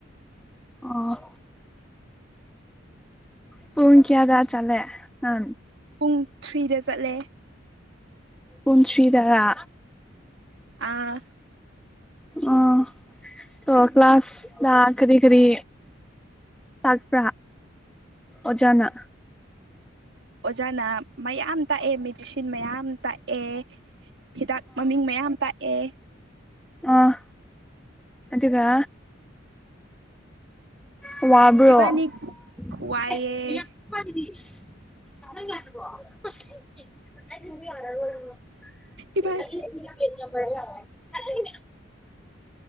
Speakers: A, in the centre; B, on the right.
A: ꯑꯣ ꯄꯨꯡ ꯀꯌꯥꯗ ꯆꯠꯂꯦ ꯅꯪ
B: ꯄꯨꯡ ꯊ꯭ꯔꯤꯗ ꯆꯠꯂꯦ
A: ꯄꯨꯡ ꯊ꯭ꯔꯤꯗꯔꯥ
B: ꯑꯥ
A: ꯑ‌ꯣ ꯑꯣ ꯀ꯭ꯂꯥꯁꯇꯥ ꯀꯔꯤ ꯀꯔꯤ ꯇꯥꯛꯄ꯭ꯔꯥ ꯑꯣꯖꯥꯅ
B: ꯑꯣꯖꯥꯅ ꯃꯌꯥꯝ ꯇꯥꯛꯑꯦ ꯃꯦꯗꯤꯁꯤꯟ ꯃꯌꯥꯝ ꯇꯥꯛꯑꯦ ꯍꯤꯗꯥꯛ ꯃꯃꯤꯡ ꯃꯌꯥꯝ ꯇꯥꯛꯑꯦ
A: ꯑ‌ꯣ ꯑꯗꯨꯒ ꯋꯥꯕ꯭ꯔꯣ
B: ꯏꯕꯥꯅꯤ
A: <unintelligible>
B: ꯋꯥꯏꯑꯦ ꯏꯕꯥ
A: <unintelligible> <unintelligible>